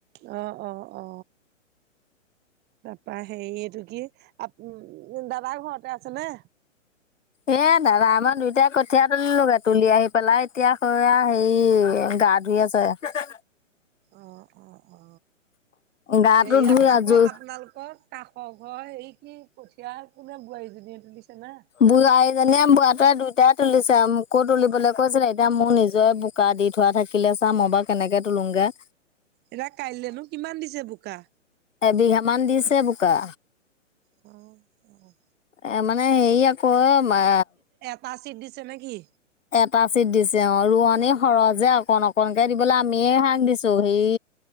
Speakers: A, on the right; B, on the left.
A: অ-অ-অ। তাৰপা হেৰি এইটো কি আপ দাদা ঘৰতে আছে নে।
B: এ দাদা আমই দুইটাই কঠিয়া তুলিলোগে তুলি আহি পেলাই এতিয়া স হে গাত, <unintelligible>
A: অ অ অ
B: গাটো
A: হেৰি
B: ধুই
A: আপোনাকৰ
B: আজৰি
A: আপোনালোকৰ। কাষৰ ঘৰ হয় এই কি কঠীয়া কোনে বোৱাৰীজনীয়ে তুলিছে না।
B: বোৱাৰী জনীয়ে বোৱাতিয় তৰে দুইটাই তুলিছে আৰু মোকো তুলিবলৈ কৈছিলে এতিয়া মোৰ নিজৰে, বোকা দি থোৱা থাকিলে চা মই বাৰু কেনেকে তোলোগে।
A: এতিয়া কাইলৈনো কিমান দিছে বোকা।
B: এবিঘামান দিছে বোকা।
A: অ অ,
B: এ মানে হেৰি আকৌ এ,
A: পা চিট দিছে নেকি।
B: এটা চিট দিছে অ ৰোৱনী সৰহজে অকন অকনকে দিবলৈ আমিয়ে শাক দিছো হেই,